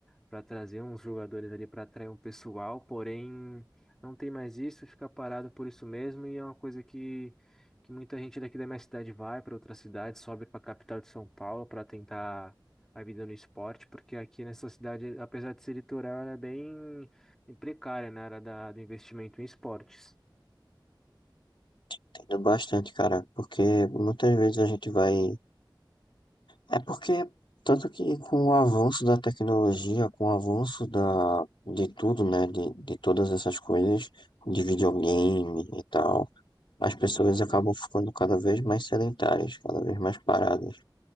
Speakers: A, in the centre; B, on the left.
A: para trazer uns jogadores ali para atrair um pessoal, porém não tem mais isso, fica parado por isso mesmo, e é uma coisa que, que muita gente daqui da minha cidade vai para outra cidade, sobe para a capital de São Paulo para tentar a vida no esporte, porque aqui nessa cidade, apesar de ser litoral, ela é bem, bem precária né, na área da, do investimento em esportes.
B: Entendo bastante, cara, porque muitas vezes a gente vai É porque, tanto que com o avanço da tecnologia, com o avanço da, de tudo, né, de, de todas essas coisas, de videogame e tal, as pessoas acabam ficando cada vez mais sedentárias, cada vez mais paradas.